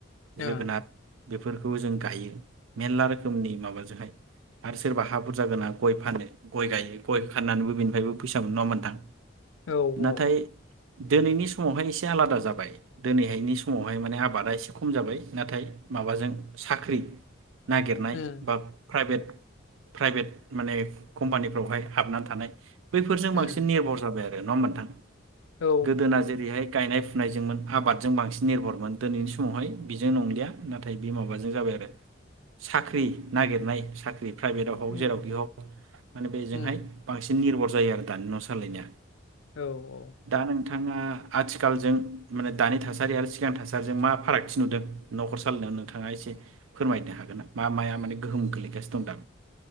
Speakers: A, on the left; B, on the right.
A: ओ
B: जोगोनार। बेफोरखौबो जों गायो मेरला रोखोमनि माबाजोंहाय आरो सोरबा हा बुरजा गोना गय फानो गय गायो गय फाननानैबो बेनिफायबो फैसा। फैसा मोनो नङा होनबा नोंथां।
A: औ औ।
B: नाथाय दिनैनि समावहाय एसे आलादा जाबाय दिनैहायनि समावहाय माने आबादा एसे खम जाबाय नाथाय माबाजों साख्रि। नागिरनाय
A: उम
B: बा प्राइभेट। प्राइभेट माने कम्पानिफ्रावहाय हाबनानै थानाय। बैफोरजों
A: उम
B: बांसिन निर्भर जाबाय आरो। नङा होनबा नोंथां।
A: औ
B: गोदोना जेरैहाय। गायनाय फुनायजोंमोन आबादजों बांसिन निर्भरमोन दिनैनि समावहाय बेजों नंलिया नाथाय बे माबाजों जाबाय आरो साख्रि नागिरनाय सा प्राइभेटआव
A: उम
B: जेराव बेयाव माने बेजोंहाय
A: उम
B: बांसि भर जायो आरो दानि न' सालायनाया।
A: औ औ।
B: दा नोंथाङा आथिखालजों माने दानि थासारि आरो सिगां थासारिजों मा फारागथि नुदों न'खर सालायनायाव नोंथाङा एसे फोरमायनो हागोन ना। मा माया माने गोहोम गोलैगासिनो दं दा।